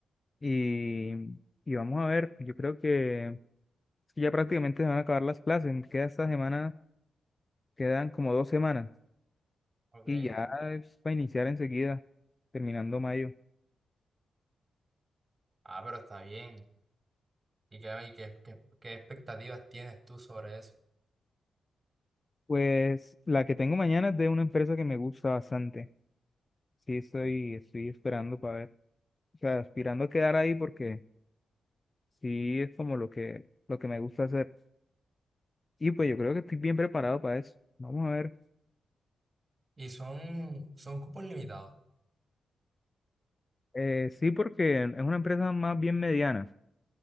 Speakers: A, on the left; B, on the right.
A: Y, y vamos a ver, yo creo que, es que ya prácticamente se van a acabar las clases, me queda esta semana, quedan como dos semanas
B: ¿ok?
A: y ya es para iniciar enseguida, terminando mayo.
B: Ah, pero está bien. ¿Y qué, y qué, qué, qué expectativas tienes tú sobre eso?
A: Pues la que tengo mañana es de una empresa que me gusta bastante. Sí, estoy, estoy esperando para ver, o sea, aspirando a quedar ahí porque sí es como lo que, lo que me gusta hacer. Y pues yo creo que estoy bien preparado para eso. Vamos a ver.
B: Y son, son cupos limitados.
A: Eh, sí, porque es una empresa más bien mediana,